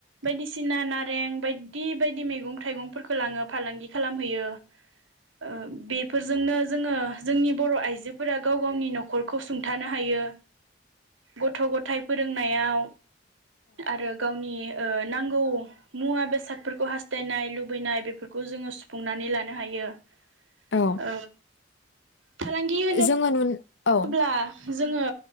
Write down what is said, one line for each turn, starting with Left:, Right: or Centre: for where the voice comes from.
Right: बायदिसिना नारें बाय दि बायदि मैगं थाइगंफोरखौ लाङो फालांगि खालामहैयो। ओ बेफोरजोंनो जोङो जोंनि बर' आइजो फोरा गाव गावनि नखरखौ सुंथानो हायो गथ' गथाय फोरोंनायाव। आरो गावनि ओ नांगौ मुवा बेसादफोरखौ हास्थायनाय लुबैनाय बेफोरखौ जोङो सुफुंनानै लानो हायो। ओ
Left: औ
Right: फालांगि होनो
Left: जोङो नु औ
Right: अब्ला जोङो